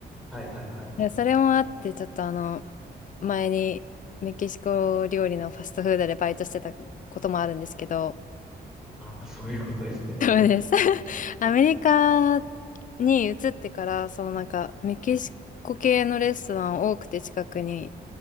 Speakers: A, in the centre; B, on the left.
A: はいはいはい。
B: いやそれもあって、ちょっとあの、前にメキシコ料理のファストフードでバイトしてたこともあるんですけど、
A: ああ、そういうことですね。
B: そうです。<laughs> アメリカに移ってから、そのなんか、メキシコ系のレストラン多くて近くに。